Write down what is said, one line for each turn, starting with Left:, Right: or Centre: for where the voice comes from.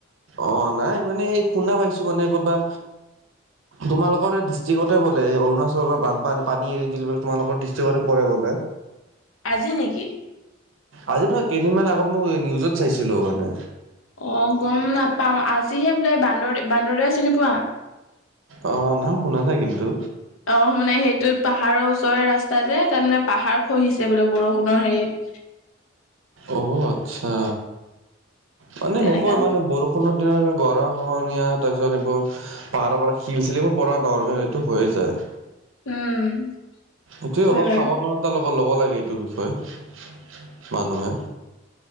Right: অ', নাই মানে এই শুনা পাইছোঁ মানে, কৰ'বা তোমালোকৰ এই ডিষ্ট্ৰিকতে বোলে, অৰুণাচলৰ বানপানী এৰি দিল তোমালোকৰ ডিষ্ট্ৰিকতে পৰে বোলে।
Left: আজি নেকি?
Right: আজি নহয়, কেইদিনমান আগত মই নিউজত চাইছিলো মানে।
Left: অ', গম নাপাওঁ, আজিহে বোলে বান্দৰ -বান্দৰদেয়া চিনি পোৱা?
Right: অ', নাম শুনা নাই কিন্তু।
Left: অ', মানে সেইটোত পাহাৰৰ ওচৰৰে ৰাস্তা যে, তাত মানে পাহাৰ খহিছে বোলে বৰষুণৰ হেৰিত।
Right: অ', আচ্ছা, পানী
Left: তেনেকা
Right: হ'ব মানে বৰষুণ দিনত গৰা খহনীয়া, তাৰপিছত এইবোৰ পাহাৰৰ পৰা শিল, চিল এইবোৰ পৰা নৰ্মেল, সেইটো হৈয়ে যায়।
Left: উম।
Right: এইটোৱে
Left: হয়
Right: অলপ
Left: বাৰু
Right: সাৱধানতা ল'ব, ল'ব লাগে, এইটো বিষয়ে মানুহে।